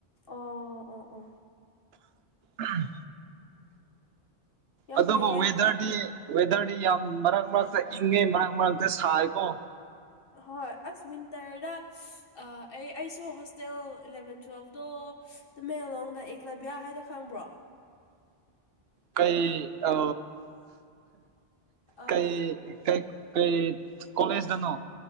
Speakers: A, on the left (about 60°); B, on the right (about 75°).
A: ꯑ ꯑ ꯑ
B: ꯑꯥ
A: ꯌꯥꯝ
B: ꯑꯗꯨꯣꯕꯨ
A: ꯐꯩꯌꯦ
B: ꯋꯦꯗꯔꯗꯤ ꯋꯦꯗꯔꯗꯤ ꯌꯥꯝ ꯃꯔꯛ ꯃꯔꯛꯇ ꯏꯪꯉꯦ ꯃꯔꯛ ꯃꯔꯛꯇ ꯁꯥꯏꯀꯣ
A: ꯍꯣꯏ ꯑꯁ ꯋꯤꯟꯇꯔꯗ ꯑꯩ ꯑꯩꯁꯨ ꯍꯣꯁꯇꯦꯜ ꯏꯂꯦꯚꯦꯟ ꯇꯨꯋꯦꯜꯐꯇꯣ ꯇꯃꯦꯡꯂꯣꯡꯗ ꯑꯦꯛꯂꯥꯕꯤꯌꯥ ꯍꯥꯏꯅꯣ ꯈꯪꯕ꯭ꯔꯣ
B: ꯀꯩ ꯑ
A: ꯑ
B: ꯀꯩ ꯀꯩ ꯑꯩꯩ ꯀꯣꯂꯦꯖꯗꯅꯣ